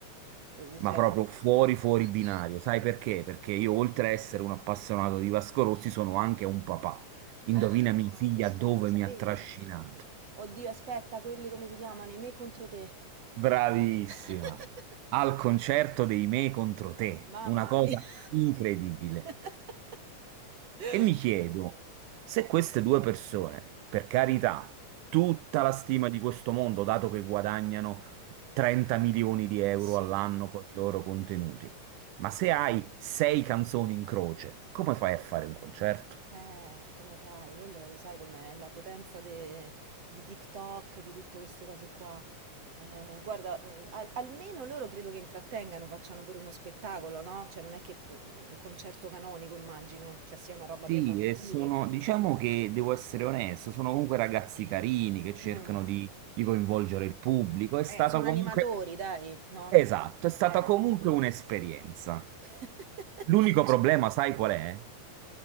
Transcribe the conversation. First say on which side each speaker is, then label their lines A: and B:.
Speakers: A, on the right (about 50°); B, on the right (about 80°).
A: eh,
B: ma
A: Cioè,
B: proprio
A: non-
B: fuori fuori
A: Ok.
B: binario. Sai perché? Perché io, oltre a essere un appassionato di Vasco Rossi, sono anche un papà. Indovina
A: Ah,
B: mia figlia
A: questo
B: dove
A: non lo sapevo.
B: mi ha trascinato.
A: Oddio, aspetta, quelli come si chiamano? I me contro te.
B: Bravissima!
A: <laughs>
B: Al concerto dei Me contro te.
A: Mamma
B: Una cosa
A: mia.
B: incredibile.
A: <laughs>
B: E mi chiedo se queste due persone, per carità, tutta la stima di questo mondo, dato che guadagnano 30 milioni di euro
A: Sì.
B: all'anno con i loro contenuti, ma se hai sei canzoni in croce, come fai a fare un concerto?
A: Eh, come fai? Quello lo sai com'è, la potenza de- di TikTok, di tutte queste cose qua. Eh, guarda, mh, al- almeno loro credo che intrattengano, facciano pure uno spettacolo, no? Cioè non è che mh, un concerto canonico, immagino, cioè sia una roba
B: Sì,
A: per bambini.
B: e sono, diciamo che devo essere onesto, sono comunque ragazzi carini che cercano
A: Mm.
B: di, di coinvolgere il pubblico. È stata
A: Eh, sono
B: comunque,
A: animatori, dai, no?
B: esatto, è stata
A: Eh.
B: comunque un'esperienza.
A: <laughs>
B: L'unico problema, sai qual è?